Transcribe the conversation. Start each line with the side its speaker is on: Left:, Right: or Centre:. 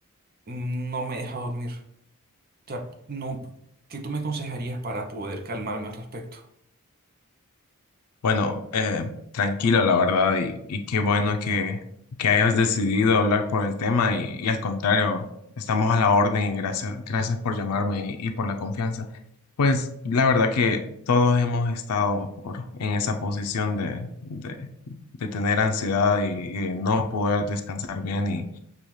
Right: mm, no me deja dormir. O sea, no, ¿qué tú me aconsejarías para poder calmarme al respecto?
Left: Bueno, eh, tranquilo, la verdad, y, y qué bueno que, que hayas decidido hablar por el tema y, y al contrario, estamos a la orden y gracias, gracias por llamarme y, y por la confianza. Pues la verdad que todos hemos estado por, en esa posición de, de, de tener ansiedad y, y de no poder descansar bien y,